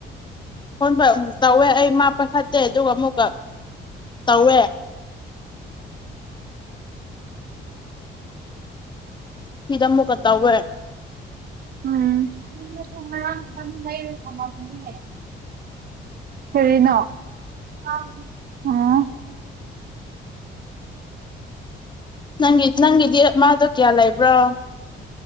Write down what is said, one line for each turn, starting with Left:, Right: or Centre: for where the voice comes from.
Left: ꯐꯣꯟ <unintelligible> ꯇꯧꯋꯦ ꯑꯩ ꯃꯥ ꯄꯥꯏꯈꯠꯇꯦ ꯑꯗꯨꯒ ꯑꯃꯨꯛꯀ ꯇꯧꯋꯦ ꯁꯤꯗ ꯑꯃꯨꯛꯀ ꯇꯧꯋꯦ
Right: ꯎꯝ ꯌꯨꯝꯗꯁꯨ ꯉꯔꯥꯡ <unintelligible> ꯊꯝꯃꯕꯅꯤꯅꯦ ꯀꯔꯤꯅꯣ ꯑꯣ
Left: ꯅꯪꯒꯤ ꯅꯪꯒꯤꯗꯤ <unintelligible> ꯀꯌꯥ ꯂꯩꯕ꯭ꯔꯣ